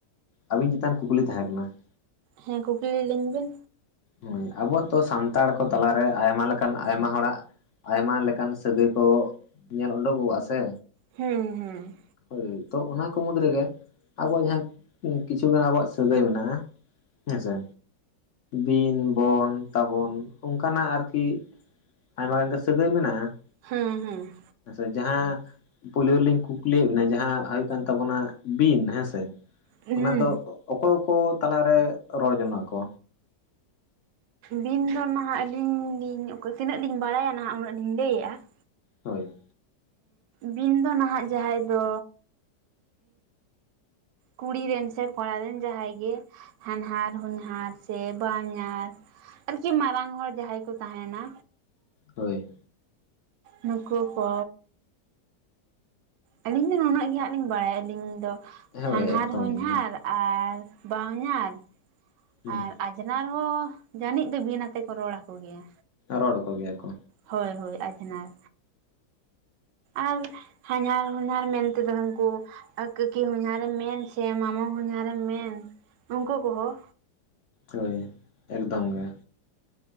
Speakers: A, on the left (about 60°); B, on the right (about 85°).
A: ᱟᱵᱤᱱ ᱪᱮᱛᱟᱱ ᱠᱩᱠᱞᱤ ᱛᱟᱦᱮᱸ ᱠᱟᱱᱟ ᱾
B: ᱦᱮᱸ ᱠᱩᱠᱞᱤ ᱞᱤᱧ ᱵᱮᱱ
A: ᱦᱮᱸ ᱟᱵᱚ ᱫᱚ ᱥᱟᱱᱛᱟᱲ ᱠᱚ ᱛᱟᱞᱟᱨᱮ ᱟᱭᱢᱟ ᱞᱮᱠᱟᱱ ᱟᱭᱢᱟ ᱦᱚᱲᱟᱜ ᱟᱭᱢᱟ ᱞᱮᱠᱟᱱ ᱥᱟᱹᱜᱟᱹᱭ ᱠᱚ ᱧᱮᱞ ᱩᱰᱩᱠᱚᱜᱼᱟ ᱥᱮ
B: ᱦᱮᱸ ᱦᱮᱸ
A: ᱦᱳᱭ ᱛᱚ ᱚᱱᱟ ᱠᱚ ᱢᱩᱫᱽ ᱨᱮᱜᱮ ᱟᱵᱚᱣᱟᱜ ᱡᱟᱦᱟᱸ ᱠᱤᱪᱷᱩᱜᱟᱱ ᱟᱵᱚᱣᱟᱜ ᱥᱟᱹᱜᱟᱹᱭ ᱢᱮᱱᱟᱜᱼᱟ ᱦᱮᱸᱥᱮ ᱵᱤᱱ ᱵᱚᱱ ᱛᱟᱵᱚᱱ ᱚᱱᱠᱟᱱᱟᱜ ᱟᱨᱠᱤ ᱟᱭᱢᱟ ᱜᱟᱱ ᱜᱮ ᱥᱟᱹᱜᱟᱹᱭ ᱢᱮᱱᱟᱜᱼᱟ ᱾
B: ᱦᱮᱸ ᱦᱮᱸ
A: ᱟᱪᱪᱷᱟ ᱡᱟᱦᱟᱸ ᱯᱳᱭᱞᱳ ᱨᱮᱞᱤᱧ ᱠᱩᱠᱞᱤᱭᱮᱫ ᱵᱮᱱᱟ ᱡᱟᱦᱟᱸ ᱦᱩᱭᱩᱜ ᱠᱟᱱ ᱛᱟᱵᱚᱱᱟ ᱵᱤᱱ ᱦᱮᱸᱥᱮ
B: ᱦᱩᱸ
A: ᱚᱱᱟ ᱫᱚ ᱚᱠᱚᱭ ᱠᱚ ᱛᱟᱞᱟᱨᱮ ᱨᱚᱲ ᱡᱚᱱᱟᱜ ᱟᱠᱚ?
B: ᱵᱤᱱ ᱫᱚ ᱱᱟᱦᱟᱸᱜ ᱟᱹᱞᱤᱧ ᱞᱤᱧ ᱛᱤᱱᱟᱹᱜ ᱞᱤᱧ ᱵᱟᱲᱟᱭᱟ ᱱᱟᱦᱟᱸᱜ ᱩᱱᱟᱹᱜ ᱞᱤᱧ ᱞᱟᱹᱭᱮᱫᱼᱟ ᱾
A: ᱦᱳᱭ
B: ᱵᱤᱱ ᱫᱚ ᱱᱟᱦᱟᱜ ᱡᱟᱦᱟᱸᱭ ᱫᱚ ᱠᱩᱲᱤ ᱨᱮᱱ ᱥᱮ ᱠᱚᱲᱟ ᱨᱮᱱ ᱡᱟᱦᱟᱸᱭ ᱜᱮ ᱦᱟᱱᱦᱟᱨ ᱦᱚᱧᱦᱟᱨ ᱥᱮ ᱵᱟᱦᱚᱧᱟᱨ ᱟᱨᱠᱤ ᱢᱟᱨᱟᱝ ᱦᱚᱲ ᱡᱟᱦᱟᱸᱭ ᱠᱚ ᱛᱟᱦᱮᱱᱟ
A: ᱦᱳᱭ
B: ᱱᱩᱠᱩ ᱠᱚ ᱟᱹᱞᱤᱧ ᱫᱚ ᱱᱩᱱᱟᱹᱜ ᱜᱮᱦᱟᱸᱜ ᱞᱤᱧ ᱵᱟᱲᱟᱭᱟ ᱟᱹᱞᱤᱧ ᱫᱚ
A: ᱦᱳᱭ
B: ᱦᱟᱱᱦᱟᱨ
A: ᱮᱠᱫᱚᱢ
B: ᱦᱚᱧᱦᱟᱨ
A: ᱜᱮ
B: ᱟᱨ ᱵᱟᱦᱚᱧᱟᱨ
A: ᱦᱩᱸ
B: ᱟᱨ ᱟᱡ ᱟᱡᱷᱱᱟᱨ ᱦᱚᱸ ᱡᱟᱱᱤᱡ ᱫᱚ ᱵᱤᱱ ᱟᱛᱮ ᱠᱚ ᱨᱚᱲ ᱟᱠᱚ ᱜᱮᱭᱟ᱾
A: ᱨᱚᱲ ᱟᱠᱚ ᱜᱮᱭᱟ ᱠᱚ
B: ᱦᱳᱭ ᱦᱳᱭ ᱟᱡᱷᱱᱟᱨ ᱟᱨ ᱦᱟᱧᱦᱟᱨ ᱦᱚᱧᱦᱟᱨ ᱢᱮᱱᱛᱮ ᱫᱚ ᱦᱟᱱᱠᱩ ᱟᱨ ᱠᱟᱹᱠᱤ ᱦᱚᱧᱦᱟᱨᱮᱢ ᱢᱮᱱ ᱥᱮ ᱢᱟᱢᱟ ᱦᱚᱧᱦᱟᱨᱮᱢ ᱢᱮᱱ ᱩᱱᱩᱠᱩ ᱠᱚᱦᱚᱸ
A: ᱦᱳᱭ ᱮᱠᱫᱚᱢ ᱜᱮ